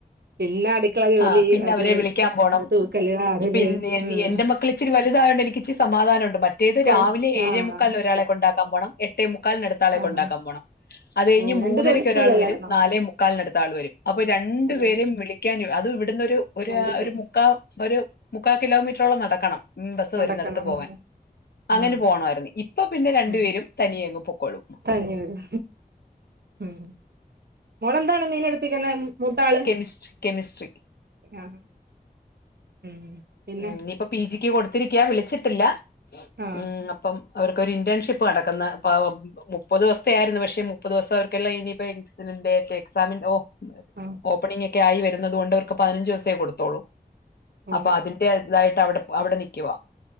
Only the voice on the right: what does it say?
പിന്നെ അ അടുക്കള ജോലി
അത്
പിന്നെ
തൂക്കല് വാരല്
ഉം
കൊഴ
ആ
ഇതാ
ആ
ആ
ഓ രണ്ടുപേരും
ഒരു സ്കൂളിലല്ലായിരുന്നോ
ഓ
രണ്ട് ടൈം
നടക്കണം
ആ
ഉം
തനിയെ വരും ഉം മോളെന്താണ് മീന എടുത്തിക്കുന്നത് മൂത്താൾ
ആഹ് ഉം പിന്നെ
ആ
ആ
ഓ